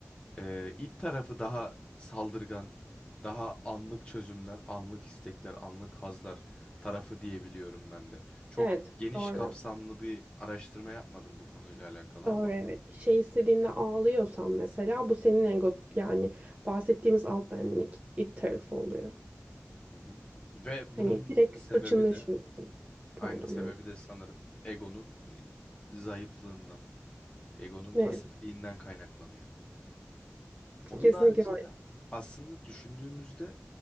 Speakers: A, on the left (about 25°); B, on the right (about 30°).
A: Ee, ilk tarafı daha saldırgan, daha anlık çözümler, anlık istekler, anlık hazlar tarafı diyebiliyorum ben de. Çok
B: Evet,
A: geniş
B: doğru.
A: kapsamlı bir araştırma yapmadım bu konuyla alakalı
B: Doğru
A: ama.
B: evet. Bir şey istediğinde ağlıyorsan mesela bu senin ego yani bahsettiğimiz alt benlik it tarafı oluyor.
A: Hı hı. Ve bunun
B: Hani direkt
A: sebebi
B: hırçınlaşıyorsun.
A: de,
B: Pardon
A: aynen sebebi
B: evet.
A: de sanırım egonun e, zayıflığından, egonun
B: Evet,
A: pasifliğinden kaynaklanıyor. Onun
B: kesinlikle
A: haricinde aslında düşündüğümüzde